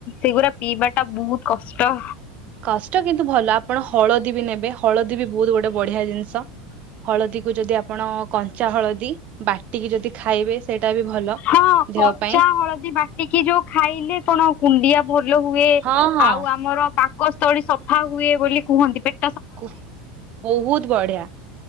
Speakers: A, on the left; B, on the right.
A: ସେଗୁଡା ପିଇବାଟା ବୋହୁତ କଷ୍ଟ।
B: କଷ୍ଟ କିନ୍ତୁ ଭଲ ଆପଣ ହଳଦୀ ବି ନେବେ ହଳଦୀ ବି ବୋହୁତ ଗୋଟେ ବଢିଆ ଜିନିଷ। ହଳଦୀକୁ ଯଦି ଆପଣ କଞ୍ଚା ହଳଦୀ ବା ଟିକି ଯଦି ଖାଇ ବେ ସେଇଟା ବି ଭଲ।
A: ହଁ
B: ଦେହ
A: କଞ୍ଚା
B: ପାଇଁ
A: ହଳଦୀ ବାଟିକି ଯୋଉ ଖାଇଲେ କଣ କୁଣ୍ଡିଆ ଭଲ ହୁଏ।
B: ହଁ ହଁ
A: ଆଉ ଆମର ପାକସ୍ଥଳୀ ସଫା ହୁଏ ବୋଲି କୁହନ୍ତି ପେଟ୍
B: କୋହୁ ବୋହୁତ ବଢିଆ